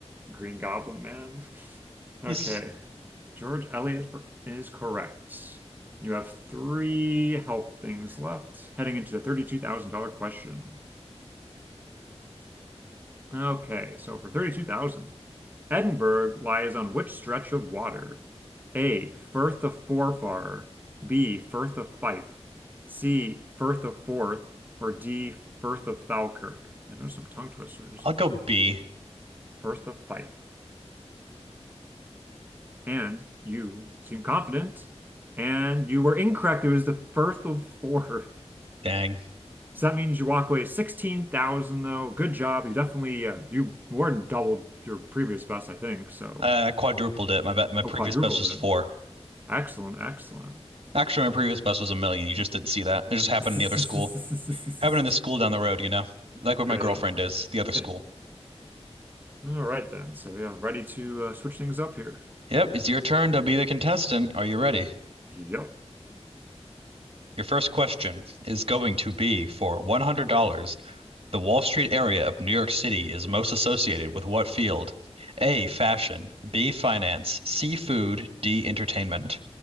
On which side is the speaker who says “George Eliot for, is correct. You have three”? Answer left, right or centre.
Right